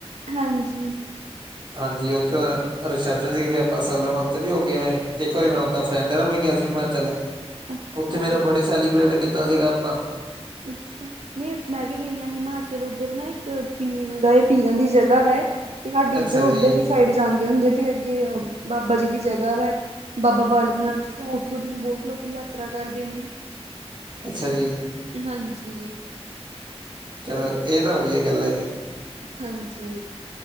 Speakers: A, on the right; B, on the right.
A: ਹਾਂਜੀ।
B: ਹਾਂਜੀ ਉੱਥੇ ਰੀਸੈਪਸ਼ਨ ਸੀ ਆਪਾਂ ਸਾਲਨ ਉੱਥੇ ਵੀ ਹੋ ਕੇ ਆਏ ਇੱਕ ਵਾਰੀ ਮੈਂ ਦਾ ਫਰੈਂਡ ਨਾ ਉਹ ਵੀ ਗਿਆ ਸੀ ਹਿਮਾਚਲ,
A: ਅੱਛਾ
B: ਉੱਥੇ ਮੇਰਾ
A: ਜੀ
B: ਬਡੇ ਸੈਲੀਬ੍ਰੇਟ ਕੀਤਾ ਸੀਗਾ ਆਪਾਂ।
A: ਅੱਛਾ। ਨਈ ਮੈਂ ਵੀ ਗਈ ਆਂ ਹਿਮਾਚਲ ਉੱਧਰ ਨਾ ਇੱਕ ਪੀਰ ਨਿਗਾਹੇ ਪੀਰਾਂ ਦੀ ਜਗ੍ਹਾ ਵੈ। ਤੇ ਹਾਡੇ
B: ਅੱਛਾ
A: ਇੱਧਰੋਂ
B: ਜੀ,
A: ਉੱਧਰਲੀ ਸਾਈਡ ਜਾਂਦੇ ਹੁੰਦੇ ਆ ਫੇਰ ਅੱਗੇ ਬਾਬਾ ਜੀ ਦੀ ਜਗ੍ਹਾ ਵੈ। ਬਾਬਾ ਬਾਲਕ ਨਾਥ ਜੀ ਉੱਥੋਂ ਦੀ ਵੀ ਬੋਤ ਲੋਕੀ ਯਾਤਰਾ ਕਰਦੇ ਨੇ।
B: ਅੱਛਾ ਜੀ।
A: ਹਾਂਜੀ।
B: ਚਲੋ ਇਹ ਤਾਂ ਵਧੀਆ ਗੱਲ ਐ ਜੀ।
A: ਹਾਂਜੀ।